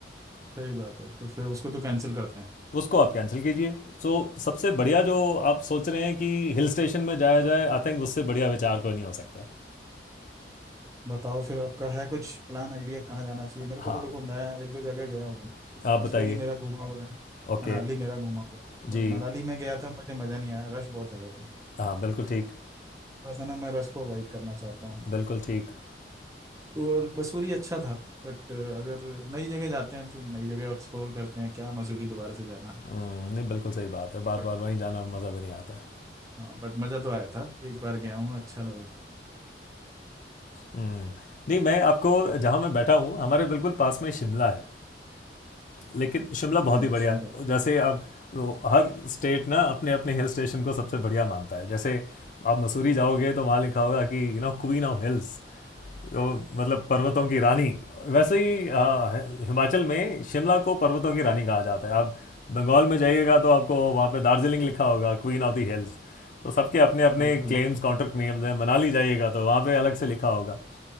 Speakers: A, on the right (about 20°); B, on the left (about 45°).
A: सही बात है तो फिर उसको तो कैंसिल करते हैं
B: उसको आप कैंसिल कीजिए सो so, सबसे बढ़िया जो आप सोच रहे हैं कि हिल स्टेशन में जाया जाए आई थिंक उससे बढ़िया विचार कोई नहीं हो सकता
A: बताओ फिर आपका है कुछ प्लान आइडिया कहाँ जाना चाहिए मेरे
B: हाँ
A: को तो देखो मैं एक दो जगह गया हूँ
B: आप
A: मसूरी
B: बताइए
A: मेरा घूमा हुआ है
B: ओके
A: मनाली मेरा घूमा हुआ है
B: जी
A: बट मनाली में गया था मुझे मज़ा नहीं आया रश बहुत ज़्यादा था
B: हाँ बिल्कुल ठीक
A: बस है ना मैं रश को अवॉइड करना चाहता हूँ
B: बिल्कुल ठीक
A: तो और मसूरी अच्छा था बट अगर नई जगह जाते हैं तो नई जगह एक्सप्लोर करते हैं क्या मसूरी दोबारा से जाना
B: हम्म, नहीं बिल्कुल सही बात है बार
A: बट
B: बार वहीं जाना मज़ा भी नहीं आता है
A: हाँ बट मज़ा तो आया था एक बार गया हूँ अच्छा लगा
B: हम्म, नहीं मैं आपको जहाँ मैं बैठा हूँ हमारे बिल्कुल पास में शिमला है लेकिन शिमला
A: हम्म
B: बहुत ही बढ़िया
A: सुंदर
B: है जैसे अब वो हर स्टेट ना अपने अपने हिल स्टेशन को सबसे बढ़िया मानता है जैसे आप मसूरी जाओगे तो वहाँ लिखा होगा कि यू नो क्वीन ऑफ हिल्स मतलब पर्वतों की रानी वैसे ही आ, हिमाचल में शिमला को पर्वतों की रानी कहा जाता है आप बंगाल में जाइएगा तो आपको वहाँ पे दार्जिलिंग लिखा होगा क्वीन ऑफ द हिल्स तो सबके अपने अपने
A: बिल्कुल
B: क्लेम्स कॉन्ट्रैक्ट नियम हैं मनाली जाइएगा तो वहाँ पे अलग से लिखा होगा